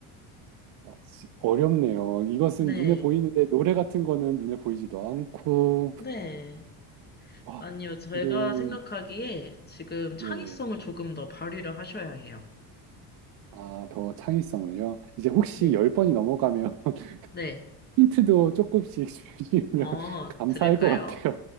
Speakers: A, on the right; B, on the left.
A: 아, 씨, 어렵네요. 이것은
B: 네.
A: 눈에 보이는데 노래 같은 거는 눈에 보이지도 않고
B: 네.
A: 아,
B: 아니요, 제가
A: 지금
B: 생각하기에 지금 창의성을
A: 네.
B: 조금 더 발휘를 하셔야 해요.
A: 아, 더 창의성을요. 이제 혹시
B: 네.
A: 열번이 넘어가면 <laughs>
B: 네.
A: 힌트도 조금씩 <laughs> 주시면
B: 어,
A: 감사할
B: 들을까요?
A: 것 같아요.